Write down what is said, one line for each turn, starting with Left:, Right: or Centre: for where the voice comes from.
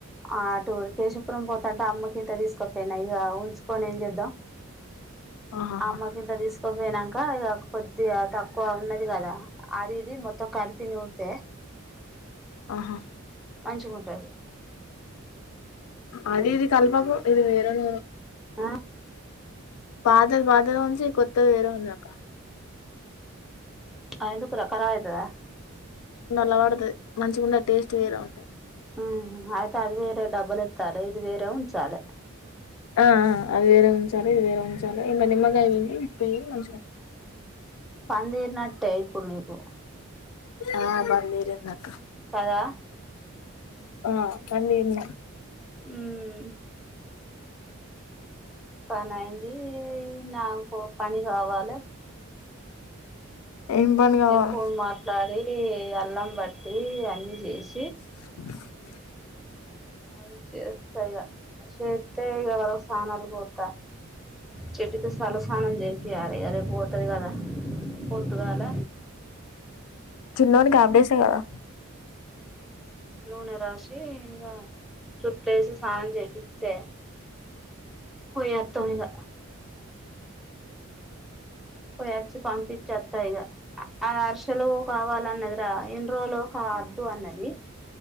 Centre: ఆ టూ కేశపురం పోతాంటే అమ్మకింత తీస్కపోయినా ఇగ ఉంచుకొని ఏం జేద్దం
Left: ఆహాహా
Centre: అమ్మకింత తీస్కోపోయినంక ఇగ కొద్దిగా ఉన్నది గదా అది ఇది మొత్తం కల్పి నూర్తే
Left: అహా
Centre: మంచిగుంటది
Left: అది ఇది కల్పకు ఇది వేరే నూరు
Centre: ఆ
Left: పాతది పాతదే ఉంచి కొత్తది వేర ఉందిగదక్క
Centre: అ ఎందుక్రా కరాబ్ ఐతద
Left: నల్ల పడ్తది మంచిగుంద టేస్ట్ వేరె ఉంట
Centre: ఆహ హ ఐతే అది వేరే డబ్బులెత్తాలె ఇది వేరే ఉంచాలే
Left: ఆ అ అది వేరే ఉంచాలే ఇది వేరే ఉంచాలే ఇల్ల నిమ్మకాయ బిండి ప్ప మంచిగా
Centre: పనిదిరినట్టే ఇప్పుడ్ నీకు
Left: ఆ పనిదిరిందక్క
Centre: కదా
Left: ఆ పన్దిరిన
Centre: ఉమ్ పని ఐంది నాకొ పని గావాలే
Left: ఏం పని కావాల
Centre: ఏ ఫోన్ మాట్లాడి అల్లం బట్టి అన్ని చేసి
Left: <inaudible>
Centre: అ చేస్తా ఇగ చేతే ఇగ వాళ్లకు సనలు పొత్త చెటికి తలసన్నం చెపియాల రేపు పోతది కదా పొత్తుగాల
Left: చిన్నోనికి ఆపరేషన్ కదా
Centre: నూనె రాసి ఇగా జుట్టు ఎసి స్నానం చేపిస్తే పోయిత్తం ఇక పోయాచి పంపించి చె త్తాగా ఆ అరుసలు కావాలన్నది రా ఇను రోజులు కా వద్దు అన్నది.